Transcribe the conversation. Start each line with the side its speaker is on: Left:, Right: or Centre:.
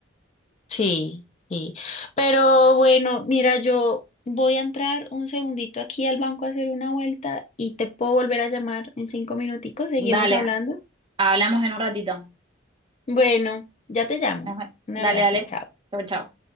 Left: Sí, sí. Pero bueno, mira, yo voy a entrar un segundito aquí al banco a hacer una vuelta y te puedo volver a llamar en cinco minuticos. Seguimos
Right: Dale,
Left: hablando.
Right: hablamos en un ratito.
Left: Bueno, ya te llamo.
Right: Ajá.
Left: Un
Right: Dale,
Left: abrazo,
Right: dale.
Left: chao.
Right: Chao, chao.